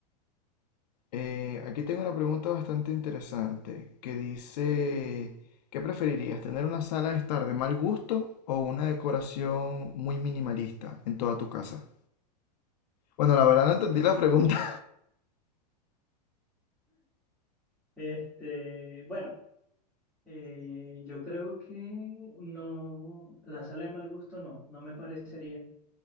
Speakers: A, on the left; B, in the centre.
A: Eh, aquí tengo una pregunta bastante interesante que dice, ¿qué preferirías, tener una sala de estar de mal gusto o una decoración muy minimalista en toda tu casa? Bueno, la verdad no
B: Mm.
A: entendí la pregunta.
B: Este, bueno, eh, yo creo que no, la sala de mal gusto no, no me parecería